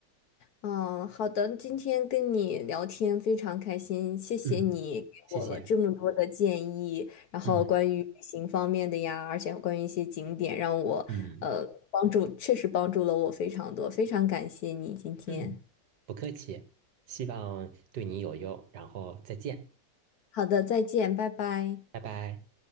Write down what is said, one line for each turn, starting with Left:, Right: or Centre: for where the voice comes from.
Left: 嗯，好的，今天跟你聊天非常开心，谢谢你给我了这么多的建议，
Right: 嗯，谢谢。
Left: 然后关于旅行方面的呀，
Right: 嗯
Left: 而且关于一些景点，让我呃帮助，
Right: 嗯
Left: 确实帮助了我非常多，非常感谢你今天。
Right: 嗯，不客气，希望对你有用，然后再见，
Left: 好的，再见，拜拜。
Right: 拜拜。